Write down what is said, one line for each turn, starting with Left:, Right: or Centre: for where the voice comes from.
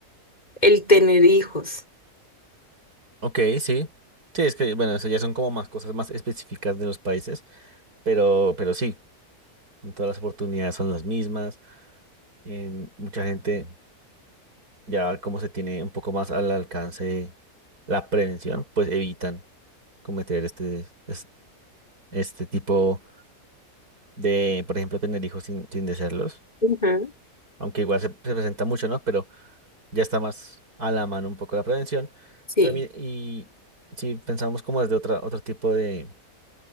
Left: el tener hijos.
Right: Ok, sí. Sí, es que, bueno, eso ya son como más cosas más específicas de los países, pero, pero sí, todas las oportunidades son las mismas. em, mucha gente, ya como se tiene un poco más al alcance la prevención, pues evitan cometer este, es- este tipo de, por ejemplo, tener hijos sin, sin desearlos,
Left: Ujú.
Right: aunque igual se, se presenta mucho, ¿no? Pero ya está más a la mano un poco la prevención.
Left: Sí,
Right: Pero, mi- y si pensamos como desde otra, otro tipo de